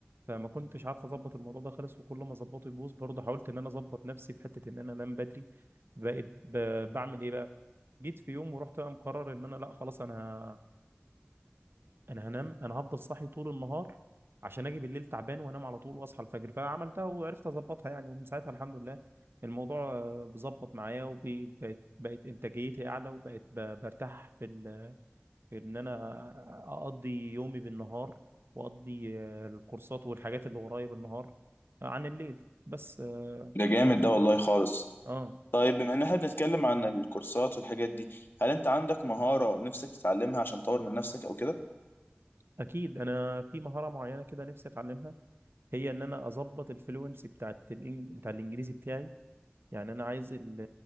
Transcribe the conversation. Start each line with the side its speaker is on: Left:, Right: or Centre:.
Right: فما كنتش عارف اظبط الموضوع ده خالص وكل ما اظبطه يبوظ برضه حاولت ان انا اظبط نفسي في حته ان انا انام بدري بقيت ب... بعمل ايه بقى جيت في يوم ورحت بقى مقرر ان انا لا خلاص انا انا هنام انا هفضل صاحي طول النهار عشان اجي بالليل تعبان وانام على طول واصحى الفجر فعملتها وعرفت اظبطها يعني ومن ساعتها الحمد لله الموضوع آه، بظبط معايا وبقت بقت انتاجيتي اعلى وبقت ب- برتاح في ال- في ان انا اقضي يومي بالنهار واقضي آه، الكورسات والحاجات اللي ورايا بالنهار عن الليل بس اه
Left: ده جامد ده والله خالص
Right: آه،
Left: طيب بما ان احنا بنتكلم عن الكورسات والحاجات دي هل انت عندك مهاره نفسك تتعلمها عشان تطور من نفسك او كده
Right: اكيد انا في مهارة معينة كده نفسي اتعلمها هي ان انا اظبط الفلوينسي بتاعت الإن- بتاع الانجليزي بتاعي يعني انا عايز ال-